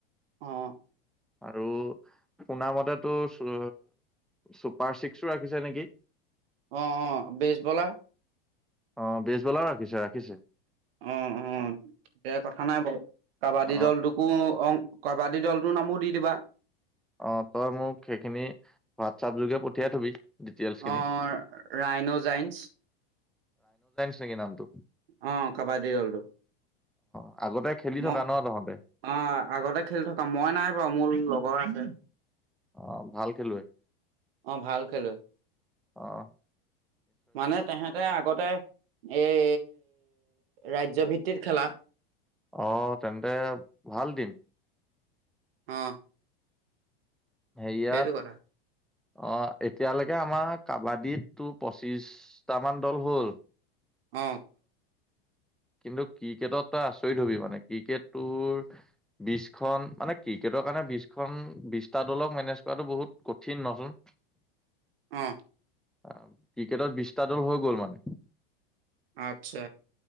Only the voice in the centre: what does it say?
আৰু শুনা মতে টো চু চুপাৰ চিক্সো ৰাখিছে নেকি
অ বেজবলাও ৰাখিছে ৰাখিছে
অ
অ তই মোক সেইখিনি হোৱাটছাপ যোগে পঠিয়াই থবি ডিটেইলছ খিনি
ছাগে নামটো
অ আগতে খেলি
থকা ন তহঁতে
অ ভাল খেলুৱৈ
আহ
অ, তেন্তে ভাল দিন।
হেইয়াৰ
অ এতিয়ালৈকে আমাৰ কাবাডীতটো পঁচিশটামান দল হ'ল।
কিন্তু ক্ৰিকেটত তই আচৰিত হবি মানে ক্ৰিকেটটোৰ বিশখন মানে ক্ৰিকেটৰ কাৰণে বিশখন বিশটা দলক মেনেজ কৰাটো বহুত কঠিন নচোন।
অ ক্ৰিকেটত বিশটা দল হৈ গ'ল মানে।